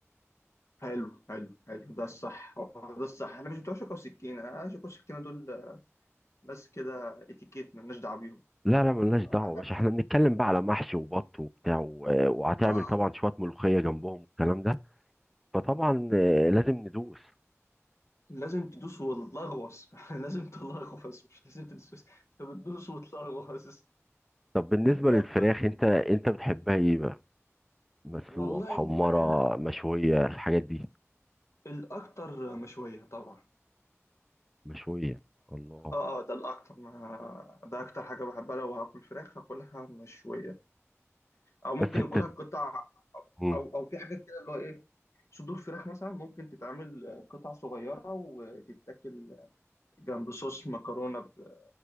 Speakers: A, on the left (about 65°); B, in the centre.
A: حلو حلو حلو ده الصح هو ده الصح احنا مش بتوع شوكه وسكينه آه، شوكه وسكينه دول ناس كده اتيكيت مالناش دعوه بيهم
B: لا لا ملناش
A: احنا
B: دعوة يا باشا احنا بنتكلم بقى على محشي وبط وبتاع و- آه، وهتعمل
A: اه
B: طبعا شوية ملوخية جنبهم والكلام ده فطبعا آه، لازم ندوس
A: لازم تدوس وتلغوص <laughs> لازم تلغوص مش لازم تدوس بس انت بتدوس وتلغوص
B: طب بالنسبة
A: طب
B: للفراخ انت انت بتحبها ايه بقى مسلوقة
A: والله
B: محمرة
A: الفراخ
B: مشوية الحاجات دي
A: الاكتر مشويه طبعا
B: مشوية الله
A: اه اه ده الاكتر ما ده اكتر حاجه بحبها لو هاكل فراخ هاكلها مشويه او ممكن
B: بس الت...
A: اكلها قطع
B: مم.
A: او او في حاجات كده اللي هو ايه صدور فراخ مثلا ممكن تتعمل قطع صغيره وتتاكل جنب صوص مكرونه ب-